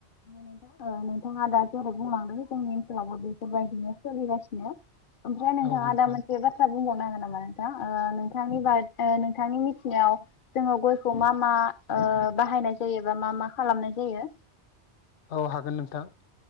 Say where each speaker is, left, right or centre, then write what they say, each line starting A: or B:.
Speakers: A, on the left; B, on the left.
A: नोंथां नोंथाङा दा जेरै बुंलांदों जोंनि ओनसोलावबो बेफोरबायदिनो सोलिगासिनो ओमफ्राय नोंथाङा
B: औ नोंथां
A: आदा मोनसे बाथ्रा बुंबावनो हागोन नामा नोंथां जा ओ <unintelligible> नोंथांनि मिथिनायाव जोङो गयखौ मा मा ओ बाहायनाय जायो एबा मा मा खालामनाय जायो?
B: औ हागोन नोंथां